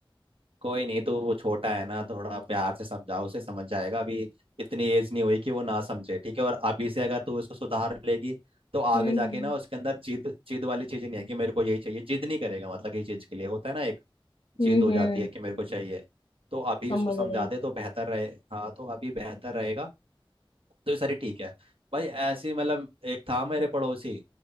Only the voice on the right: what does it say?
कोई नहीं तो वो छोटा है ना थोड़ा प्यार से समझाओ उसे समझ जाएगा अभी इतनी एज नहीं हुई कि वो ना समझे ठीक है और अभी से अगर तू उसको सुधार लेगी तो आगे
जाके
ना उसके अंदर जिद जिद वाली चीजें नहीं है कि मेरे को यही चाहिए जिद नहीं करेगा मतलब ये चीज के लिए होता है ना एक
जिद हो
जाती है कि मेरे को चाहिए तो अभी
उसको समझाते
तो बेहतर रहे हाँ तो अभी बेहतर रहेगा तो ये सारी ठीक है भाई ऐसी मतलब एक था मेरे पड़ोसी